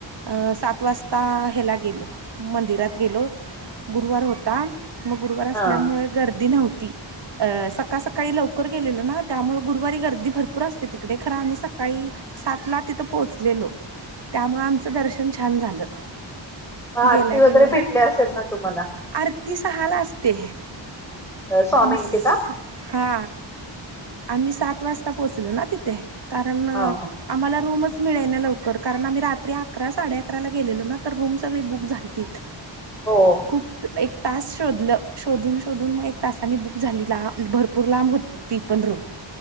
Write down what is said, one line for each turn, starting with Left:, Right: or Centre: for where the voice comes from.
Right: अ सात वाजता ह्याला गेलो मंदिरात गेलो गुरुवार होता मग गुरुवार असल्यामुळे
Centre: हा.
Right: गर्दी नव्हती अ सकाळ सकाळी लवकर गेलेलो ना त्यामुळे गुरुवारी गर्दी भरपूर असते तिकडे खरं आम्ही सकाळी सात ला तिथं पोहोचलेलो त्यामुळे आमचं दर्शन छान झालं
Centre: मग आरती
Right: गेल्या
Centre: वगैरे
Right: गेल्या
Centre: भेटली असेल ना तुम्हाला
Right: आरती सहाला असते
Centre: स्वामींची
Right: आम्ही
Centre: का?
Right: हा आम्ही सात वाजता पोहोचलो ना तिथे कारण आम्हाला
Centre: हा हा.
Right: रूमच मिळेना लवकर कारण आम्ही रात्री अकरा साडे अकराला गेलेलो ना तर रूम सगळी बुक झालती <unintelligible>
Centre: हो हो
Right: खूप एक तास शोधलं शोधून शोधून मग एक तासाने बुक झाली ला भरपूर लांब होती ती पण रूम